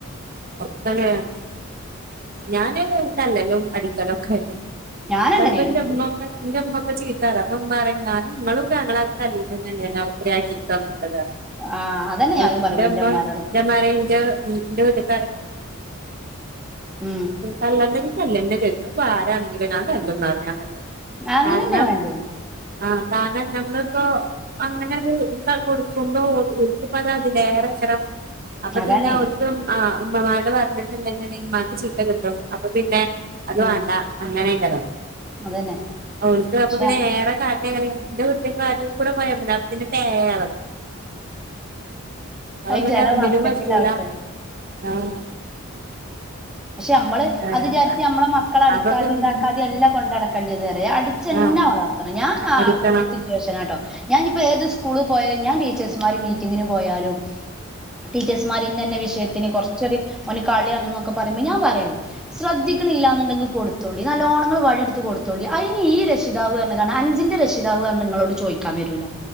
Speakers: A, on the right; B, in the centre.
A: <unintelligible> ഞാന് തല്ലല്ലും അടി ക്കലൊക്കെ
B: ഞാനങ്ങനെയാണ്
A: ചെലപ്പോ ന്റെ <unintelligible> ചീത്തറയും അപ്പോ ഉമ്മ പറയും ഞാ നിങ്ങളുക്കെ ഞങ്ങളെ തല്ലി <unintelligible> ഇത്രേ <unintelligible> <unintelligible>
B: ആഹ് അതന്നെ
A: പ്പോ
B: ഞാനും പറയല്
A: ന്റെ ഉമ്മ
B: ഇന്റെ ഇമ്മാനോട്
A: ന്റെ ഉമ്മ പറയ്ണ്ട് <unintelligible> <unintelligible>
B: ഉം
A: തല്ലന്നെ ചെയ്ത് അതിപ്പോ ആരാണെങ്കിലും ഞാൻ തല്ലുന്ന് <unintelligible>
B: അങ്ങനെന്നെ
A: കാരണം
B: വേണ്ടേ
A: ആഹ് കാരണം നമ്മളിപ്പോ അങ്ങനൊരു ഇത് കൊടുക്കുമ്പോ <unintelligible> അതിലേറെ <unintelligible> അപ്പപിന്നെ
B: അതാണേ
A: ഓൽക്കും ആ ഉമ്മാമ്മട് പറഞ്ഞിട്ടു <unintelligible> ഉമ്മാക്ക് ചീത്ത കിട്ടും അപ്പ പിന്നെ അത്
B: ഉം
A: വേണ്ട അങ്ങനെയെക്കരോ
B: അതന്നെ
A: <unintelligible>
B: പക്ഷെ
A: ഏറെ കാ <unintelligible> എന്റെ കുട്ടികക്ക് അരിക് കൂടെ പോയ മതി അപ്പോതെന് പേ എളകും അപ്പോ
B: അത്
A: പിന്നെ
B: ചെല
A: ഒന്നിനും
B: മക്കൾക്കില്ല
A: പറ്റൂല
B: അവസ്ഥ
A: ആഹ്
B: പഷേ ഞമ്മള്
A: ഏഹ്
B: അത് വിചാരിച്ച് ഞമ്മടെ മക്കളെ അടിക്കാതെ
A: അപ്പൊ പിന്നെ
B: ഇണ്ടാക്കാതെയും അല്ല കൊണ്ടടക്കേണ്ടത്റയാ അടിച്ചന്നെ
A: ആ
B: വള ർത്തണം ഞാ ആഹ്‌
A: അടിക്കണം
B: ഒരു സിറ്റുവേഷൻ ആട്ടോ ഞാനിപ്പോ ഏത് സ്കൂള് ഞാൻ ടീച്ചേഴ്സ്മാര് മീറ്റിങ്ങിന് പോയാലും ടീച്ചേഴ്സ്മാര് ഇന്നന്ന വിഷയത്തിന് കൊറച്ചോര് ഓന് കളിയാണ്ന്നൊക്കെ പറയുമ്പോ ഞാൻ പറയും ശ്രദ്ധിക്കണില്ല എന്നുണ്ടെങ്കി കൊടു <unintelligible> നല്ലോണങ്ങള് വടി എടുത്ത് കൊടുത്തോളി, അതിനി ഈ രക്ഷിതാവ് റഞ് കാരണം അഞ്ചിന്റെ രക്ഷിതാവ് കാരണം നിങ്ങളോട് ചോദിക്കാൻ വരൂല്ല.